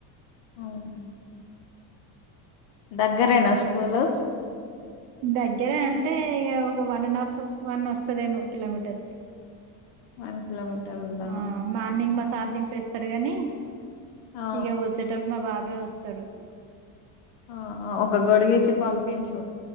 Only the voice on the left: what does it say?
అవును దగ్గరేనా స్కూలు
వన్ కిలోమీటర్ ఉందా
ఆ
ఆ ఒక గొడుగు ఇచ్చి పంపించు